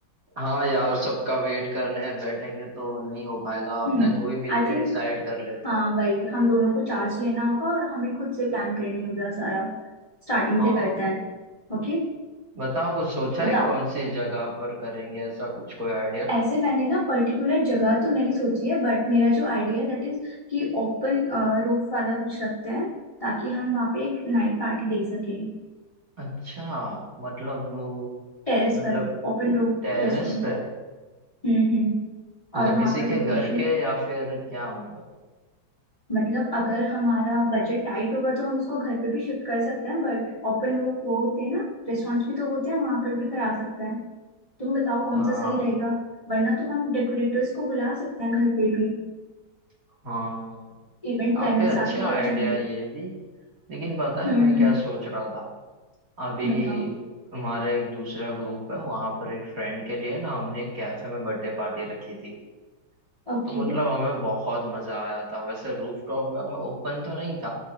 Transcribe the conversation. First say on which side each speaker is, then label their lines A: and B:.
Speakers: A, on the right; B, on the left.
A: हाँ यार सबका वेट करने बैठेंगे तो नहीं हो पाएगा आपने
B: हम्म
A: दो ही मिलके
B: आई थिंक
A: डिसाइड कर लेते
B: हाँ
A: हैं
B: वही हम दोनों को चार्ज लेना होगा और हमें खुद से प्लान करनी होगा सारा स्टार्टिंग
A: हाँ
B: से करते हैं ओके
A: बताओ कुछ सोचा
B: बताओ
A: है कौन सी जगह पर करेंगे ऐसा कुछ कोई आइडिया
B: ऐसे मैंने ना पर्टिकुलर जगह तो नहीं सोची है बट मेरा जो आइडिया है दैट इज कि ओपन रूफ वाला कुछ रखते हैं ताकि हम वहाँ पे एक नाइट पार्टी दे सकें
A: अच्छा मतलब वो-
B: टेरेस
A: मतलब
B: पर Open roof
A: टेरेस
B: रेस्टोरेंट
A: पे
B: हम्म हम्म
A: मतलब
B: और वहाँ
A: किसी
B: पर
A: के
B: डेकोरेशन
A: घर के या फिर क्या मतलब
B: मतलब अगर हमारा बजट टाइट होगा तो हम उसको घर पे भी शिफ्ट कर सकते हैं बट ओपन रूफ वो होते हैं ना रेस्टोरेंट्स भी तो होते हैं हम वहाँ पर भी करा सकते हैं तुम बताओ कौन
A: हाँ
B: सा सही रहेगा वरना तो हम डेकोरेटर्स को बुला सकते हैं घर पे भी
A: हाँ
B: इवेंट
A: काफी
B: प्लानर्स
A: अच्छा
B: आके
A: आइडिया
B: कर जाएंगे
A: है ये भी लेकिन पता है
B: हम्म
A: मैं
B: हम्म
A: क्या सोच रहा था अभी
B: बताओ
A: हमारा एक दूसरा ग्रुप है वहां पर एक फ्रेंड के लिए ना हमने एक कैफे में बर्थडे पार्टी रखी थी
B: Okay
A: तो मतलब हमें बहुत मजा आया था वैसे रूफटॉप वाला ओपन तो नहीं था